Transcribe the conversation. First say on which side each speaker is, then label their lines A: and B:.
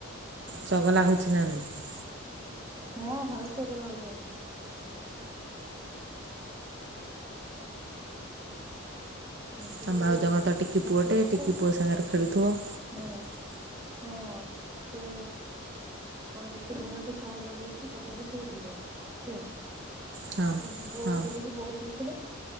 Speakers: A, on the right; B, on the right.
A: ଚଗଲା ହଉଛି ନା ନହିଁ?
B: ହଁ ଭାରି ଚଗଲା ହୋଇଛି ସେ
A: ତମ
B: ଯୋଉ
A: ଭାଊଜଙ୍କର ତ ଟିକି
B: ମୋ
A: ପୁଅଟେ
B: ଝିଅକୁ
A: ଟିକି ପୁଅ ସାଙ୍ଗରେ ଖେଳୁଥିବ।
B: ହଁ ହଁ ସେ କଣ ହେଇଛି ଆମର ଏଠି ଫ୍ୟାନ ଲଗେଇକି ପଦାରେ ଶୋଇଥିଲେ ଛୁଆ।
A: ହଁ
B: ହୁଁ
A: ହଁ
B: <inaudible> ଧରିକି ବୋଉ ଶୋଇଥିଲେ